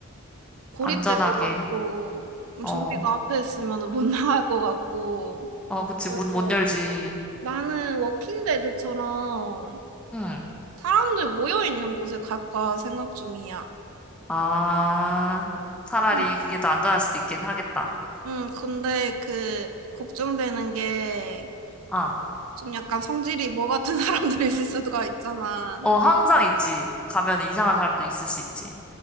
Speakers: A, on the right; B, in the centre.
A: 고립될
B: 안전하게.
A: 것 같고
B: 어,
A: 좀비가 앞에 있으면 못 <laughs> 나갈 것 같고
B: 어, 그치,
A: 그래서
B: 문 못 열지.
A: 나는 워킹데드처럼
B: 응.
A: 사람들 모여 있는 곳에 갈까 생각 중이야.
B: 아, 차라리
A: 응,
B: 그게 더 안전할 수도 있긴 하겠다.
A: 응, 근데 그 걱정되는 게
B: 아,
A: 좀 약간 성질이 뭐 같은 <laughs> 사람들이 있을 수가 있잖아.
B: 어, 항상 있지. 가면 이상한 사람들 있을 수 있지.